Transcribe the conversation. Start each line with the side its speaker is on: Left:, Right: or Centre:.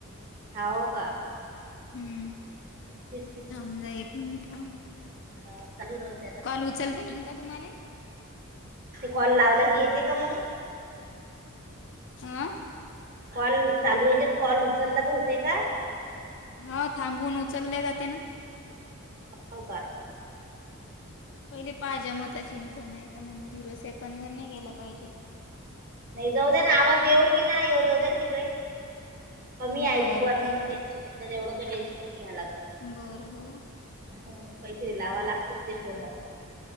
Left: <inaudible>
Right: हाव का
Left: हम्म
Right: ते
Left: थांब जरा एक मिनिट थांब.
Right: हा चालू राहू दे.
Left: कॉल उचलता येईल का तुम्हाला?
Right: ते कॉल लावला की येते का मग?
Left: आ
Right: कॉल चालू याच्यात कॉल उचलला तर होते का?
Left: हा थांबवून उचलले जाते ना.
Right: हो का.
Left: पहिले पाहिजे म चिंता नाही तर मग झिरो सेकंद वर नाही गेल पाहिजे.
Right: नाही जाऊ द्या ना आवाज येऊ की नाही येऊ जाऊ द्या ना तिकडं. कमी
Left: बरं
Right: ऐकू आलं
Left: ठीक
Right: तर टेन्शन नाही. एवढं काही टेन्शन नाही घ्याला लागत.
Left: बरोबर.
Right: हा काहीतरी लावा लागते ते फोन